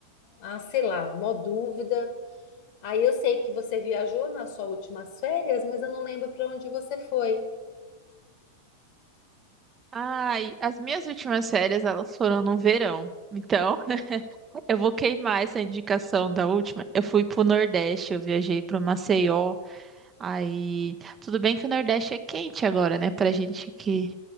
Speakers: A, on the left (about 45°); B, on the right (about 20°).
A: ah, sei lá, mó dúvida. Aí eu sei que você viajou nas suas últimas férias, mas eu não lembro para onde você foi.
B: Ai, as minhas últimas férias, elas foram no verão. Então, <laughs> eu vou queimar essa indicação da última. Eu fui pro Nordeste, eu viajei pro Maceió. Aí, tudo bem que o Nordeste é quente agora, né? Pra gente que,